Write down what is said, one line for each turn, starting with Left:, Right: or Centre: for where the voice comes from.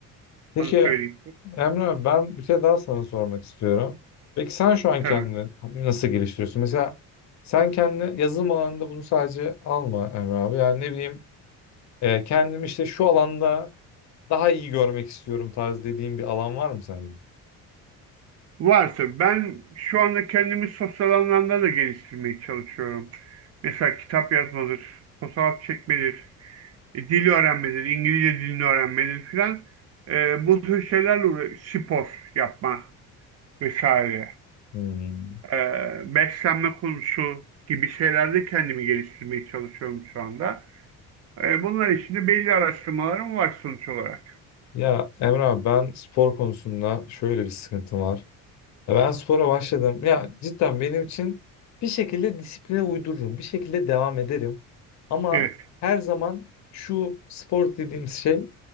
Left: Peki
Right: Sana söyleyeyim.
Left: Emre abi, ben bir şey daha sana sormak istiyorum. Peki sen şu an
Right: Tabii.
Left: kendini nasıl geliştiriyorsun? Mesela sen kendini yazılım alanında bunu sadece alma Emre abi. Yani ne bileyim e, kendimi işte şu alanda daha iyi görmek istiyorum tarz dediğin bir alan var mı sende?
Right: Varsa ben şu anda kendimi sosyal anlamda da geliştirmeye çalışıyorum. Mesela kitap yazmadır, fotoğraf çekmedir, e, dil öğrenmedir, İngilizce dilini öğrenmedir filan. E, bu tür şeylerle uğra- spor yapma vesaire.
Left: Hmm.
Right: E, beslenme konusu gibi şeylerde kendimi geliştirmeye çalışıyorum şu anda. E, bunlar için de belli araştırmalarım var sonuç olarak.
Left: Ya Emre abi ben spor konusunda şöyle bir sıkıntım var. Ya Ben spora başladım. Ya cidden benim için bir şekilde disipline uydururum. Bir şekilde devam ederim. Ama
Right: Evet,
Left: her zaman şu spor dediğimiz şey